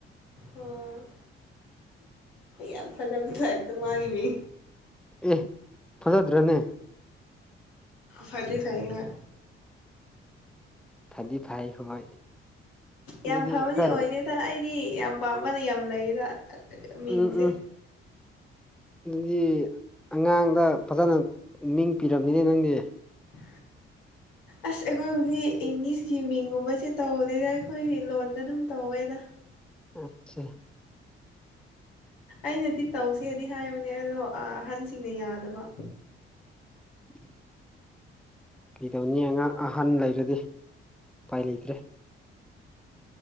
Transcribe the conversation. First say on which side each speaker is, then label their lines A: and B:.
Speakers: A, on the left; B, in the centre.
A: ꯑꯣ ꯌꯥꯝ ꯊꯥꯖꯕ ꯊꯥꯏꯦꯇ ꯃꯥꯒꯤ ꯃꯤ
B: ꯑꯦ ꯐꯖꯗ꯭ꯔꯅꯦ
A: ꯐꯗꯤ ꯐꯩꯌꯦ ꯍꯣꯏ
B: ꯐꯥꯗꯤ ꯐꯩ ꯍꯣꯏ
A: ꯌꯥꯝ
B: ꯑꯗꯨꯗꯤ
A: ꯐꯕꯗꯤ
B: ꯈꯔ
A: ꯑꯣꯏꯗꯦꯗ ꯑꯩꯗꯤ ꯌꯥꯝ ꯄꯥꯝꯕꯅ ꯌꯥꯝ ꯂꯩꯗ ꯃꯤꯡꯁꯦ
B: ꯎꯝ ꯎꯝ ꯑꯗꯨꯗꯤ ꯑꯉꯥꯡꯗ ꯐꯖꯅ ꯃꯤꯡ ꯄꯤꯔꯝꯅꯤꯅꯦ ꯅꯪꯗꯤ
A: <unintelligible> ꯑꯁ ꯑꯩꯈꯣꯏꯕꯨꯗꯤ ꯏꯪꯂꯤꯁꯀꯤ ꯃꯤꯡꯒꯨꯝꯕꯁꯦ ꯇꯧꯗꯦꯗ ꯑꯩꯈꯣꯏ ꯂꯣꯟꯗ ꯑꯗꯨꯝ ꯇꯧꯋꯦꯗ
B: ꯑꯣꯀꯦ
A: ꯑꯩꯅꯗꯤ ꯇꯧꯁꯦꯗꯤ ꯍꯥꯏꯕꯅꯦ ꯑꯗꯣ ꯑꯍꯟꯁꯤꯡꯅ ꯌꯥꯗꯕ
B: <inaudible> ꯀꯩꯗꯧꯅꯤ ꯑꯉꯥꯡ ꯑꯍꯟ ꯂꯩꯔꯗꯤ ꯎꯄꯥꯏ ꯂꯩꯇ꯭ꯔꯦ